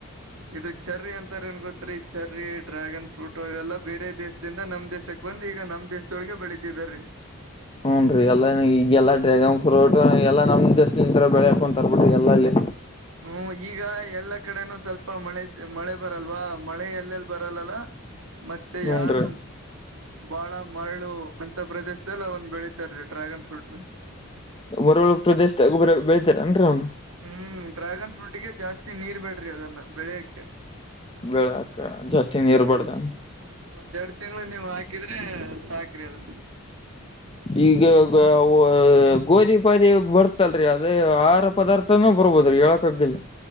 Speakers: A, on the right; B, on the left.
A: ಇದುಕ್ಕೆ ಚಾರೀ ಅಂತಾರೆ ಏನ್ ಗೊತ್ತುತ್ರಿ ಚೇರಿ ಡ್ರ್ಯಾಗನ್ ಫ್ರೂಟು ಇವೆಲ್ಲಾ ಬೇರೆ ದೇಶ್ ದಿಂದ ನಮ್ ದೇಶಕ್ ಬಂದು ಈಗ ನಮ್ ದೇಶದೊಳಗೆ ಬೆಳಿತಿದ ರೀ
B: ಹ್ಮ್ ರೀ ಎಲ್ಲ ಈಗೆಲ್ಲಾ ಡ್ರ್ಯಾಗನ್ ಫ್ರೂಟ್ ಎಲ್ಲಾ ನಮ್ ದೇಶದ ಬೆಳಕೊಂತರ್ ಬಿಡ್ರಿ ಎಲ್ಲ ಅಲ್ಲೆ.
A: ಹ್ಮ್ ಈಗ ಎಲ್ಲಾ ಕಡೆನೂ ಸ್ವಲ್ಪ ಮಳೆ ಮಳೆ ಬರಲ್ವಾ ಮಳೆ ಎಲ್ಲೆಲ್ಲಿ ಬರಲ್ಲಲ್ಲ ಮತ್ತೆ
B: ಹೂನ್
A: ಯಾದಂ-
B: ರೀ
A: ಬಾಳ ಮರಳು ಅಂತ ಪ್ರದೇಶದಲ್ಲಿ ಅವನ್ನ ಬೆಳೀತಾರೀ ಡ್ರ್ಯಾಗನ್ ಫ್ರೂಟ್ ನ
B: ಮರಳಗ್ ಪ್ರದೇಶದಾಗ ಬರೆ ಬೆಳಿಳ್ತಾರನ್ರೀ ಅವನ್ನ.
A: ಹ್ಮ್ ಡ್ರ್ಯಾಗನ್ ಫ್ರೂಟ್ಗೆ ಜಾಸ್ತಿ ನೀರ್ ಬೇಡ್ರಿ ಅದನ್ನ ಬೆಳೆಯಕ್ಕೆ.
B: ಬೆಳಯಕ ಜಾಸ್ತಿ ನೀರ್
A: ಹ್ಮ್
B: ಬಾರ್ದಾ
A: ಹ್ಮ್ ಒಂದೆರಡೂ ತಿಂಗಳು ನೀವು ಹಾಕಿದ್ರೆ ಸಾಕ್ರಿ ಅದನ್ನ
B: ಈಗ ಗೋ ಹ ಗೋಧಿ ಪಾದಿ ಬರ್ತಲ್ ರೀ ಅದ ಆರ್ ಪದಾರ್ಥನೂ ಬರ್ಬೋದ್ ರೀ ಹೇಳಕ್ ಆಗಲ್ಲ.